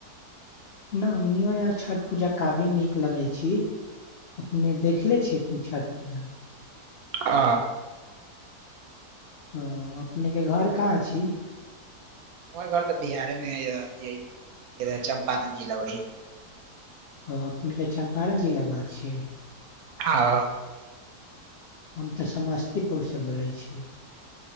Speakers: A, on the left (about 80°); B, on the right (about 70°).
A: न हमनिो यहाँ छठि पूजा काबिल नीक लगै छी अपने देखले छी छठि पूजा
B: आ
A: हँ अपनेके घर कहाँ छी
B: हमर घर तऽ बिहारेमे अथिै इध चं्पारण जिला उ रही
A: ओ अपनेके चम्पारण जिलिला घर छियै
B: हँ
A: हम तऽ समस्तीपुरसँ बोलै छी